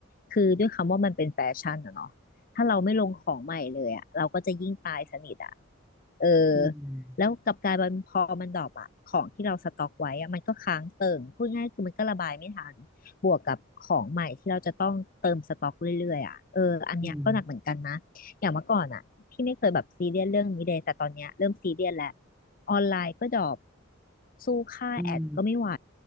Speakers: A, on the left; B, in the centre.
A: คือด้วยคำว่ามันเป็นแฟชั่นอะเนาะถ้าเราไม่ลงของใหม่เลยอะเราก็จะยิ่งตายสนิทอะเออ
B: อืม
A: แล้วกลับกลายเป็นพอมันดรอปอะของที่เราสต็อกไว้อะมันก็ค้างเติ่งพูดง่ายคือมันก็ระบายไม่ทัน บวกกับของใหม่ที่เราจะต้องเติมสต็อกเรื่อยๆอ่ะเอออันเนี้ยก็หนักเหมือนกันนะอย่างเมื่อก่อนอ่ะที่ไม่เคยแบบซีเรียสเรื่องนี้เลยแต่ตอนเนี้ยเริ่มซีเรียสแล้ว
B: อืม
A: ออนไลน์ก็ดรอปสู้ค่าแอดก็ไม่ไหว
B: อืม